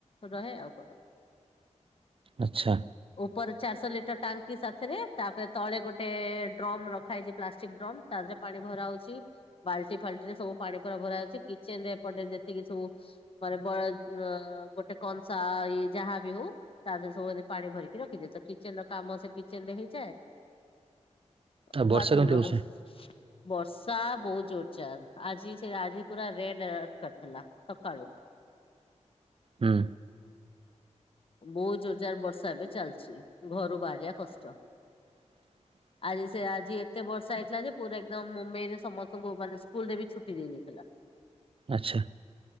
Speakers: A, on the left (about 50°); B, on the right (about 50°).
A: ରହେ ଆଉ କଣ।
B: ଆଛା।
A: ଉପର ଚାରିଶହ ଲିଟର ଟାଙ୍କି ସାଥିରେ ତାପରେ ତଳେ ଗୋଟେ ଡ୍ରମ ରଖାହେଇଛି ପ୍ଲାଷ୍ଟିକ ଡ୍ରମ ତାଥିରେ ପାଣି ଭରା ହଉଛି ବାଲ୍ଟି ଫାଲ୍ଟି ରେ ସବୁ ପାଣି ପରା ଭରା ହଉଛି କିଚେନ ରେ ଏପଟେ ଯେତିକି ସବୁ ମାନେ ବ ଗୋଟେ କଂସା ଇ ଯାହା ଵି ହଉ ତା ଦେହରେ ସବୁ ପାଣି ଭରିକି ରଖିଦିଏ ତ କିଚେନ ର କାମ ସେ କିଚେନ ରେ ହେଇଯାଏ ଆଉ
B: ବର୍ଷା
A: ବାଥରୁମ
B: କେମିତି
A: ର
B: ହଉଛି
A: ବ୍ରସ ବର୍ଷା ବହୁତ ଜୋର ଜାର ଆଜି ସେ ଆଜି ପୁରା ରେଡ ଆଲର୍ଟ କରିଥିଲା। ସକାଳୁ।
B: ହୁଁ।
A: ବହୁତ ଜୋରଜାର ବର୍ଷା ଏବେ ଚାଲିଛି ଘରୁ ବାହାରିବା କଷ୍ଟ।
B: <inaudible>
A: ଆଜି ସେ ଆଜି ଏତେ ବର୍ଷା ହେଇଥିଲା ଯେ ପୁର ଏକଦମ ମୁମ୍ବାଇ ରେ ସମସ୍ତଙ୍କୁ ମାନେ ସ୍କୁଲ ରେ ବି ଛୁଟି ଦିଆଯାଇଥିଲା।
B: ଆଛା